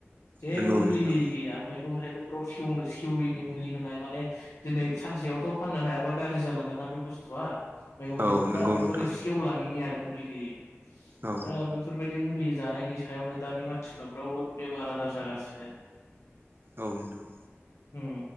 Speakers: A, on the left; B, on the right.
A: जेबो
B: नंगौ
A: मुलि
B: नोंथां
A: होयि गैया मैगं मैगं - थाइगंफ्राव सेवनो सेविनि मुलि होनाय माने दिनै सानसेयावथ' फाननो हायाबा गाज्रि जालांगोन ना बे बुस्थुआ मैगं
B: औ
A: थाइगंफ्रा
B: नंगौ
A: बेफोर
B: नोंथां
A: नि आरो मुलि होयो
B: औ
A: ओ बेफोरबायदि मुलि जानायनि सायावनो दानि मानसिफोराव बिराद बेमार -आजार जागासिनो
B: औ नोंथां
A: उम